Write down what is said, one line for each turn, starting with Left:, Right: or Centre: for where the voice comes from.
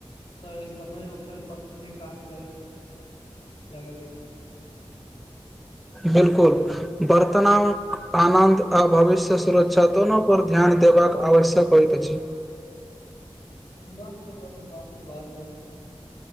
Left: तै समय ओकर पक्ष मे काम करैत लागैत अछि। <unintelligible>
Centre: बिल्कुल बर्तनांक आनन्द आ भविष्य सुरक्षा दोनो पर ध्यान देबाक आवश्यक होइत अछि। <unintelligible>
Left: धन्यवाद तब अब बाद में बात हैत। <unintelligible>